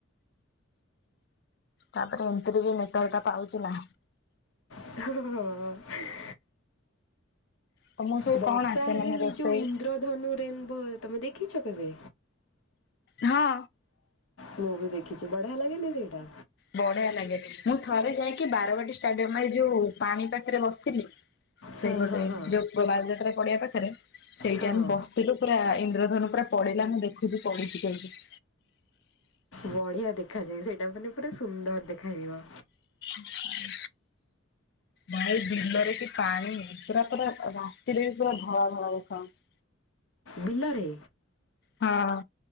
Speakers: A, on the left; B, on the left.
A: ତାପରେ ଏମିତିରେ ଯୋଉ ନେଟୱାର୍କ ଟା ପାଉଛି ନା।
B: ହଁ। <inaudible>
A: ତମକୁ ସବୁ
B: ବର୍ଷା
A: କଣ ଆସେ
B: ହେଲେ
A: ମାନେ
B: ସେ
A: ରୋଷେଇ?
B: ଯୋଉ ଇନ୍ଦ୍ରଧନୁ ରେନବୋ ତମେ ଦେଖିଛ କେବେ?
A: ହଁ।
B: ମୁଁ ବି ଦେଖିଚି ବଢିଆ ଲାଗେ ନି ସେଇଟା?
A: ବଢିଆ ଲାଗେ ମୁଁ ଥରେ ଯାଇକି ବାରବାଟୀ ଷ୍ଟାଡିୟମ୍ ଏ ଯୋଉ ପାଣି ପାଖରେ ବସିଥିଲି। ସେଇପଟେ
B: ହଁ ହଁ ହଁ
A: ଯୋଉ ପୋଡାଯାତ୍ରା ପାଖରେ ସେଇଠି
B: ହଁ
A: ଆମେ ବ ସେଇଠି ପୁରା ଇନ୍ଦ୍ରଧନୁ ପୁରା ପଡିଲା ମୁଁ ଦେଖୁଚି ପଡିଚି କେମିତି।
B: ବଢିଆ ଦେଖାଯାଏ ସେଇଟା ମାନେ ପୁରା ସୁନ୍ଦର ଦେଖାଯିବ।
A: ଉହୁଁ ଭାଇ ବିଲ ରେ କି ପାଣି? ପୁରା ପୁରା ରାତିରେ ବି ପୁରା ଧଳା ଧଳା ଦେଖାଯାଉଛି।
B: ବିଲରେ?
A: ହଁ।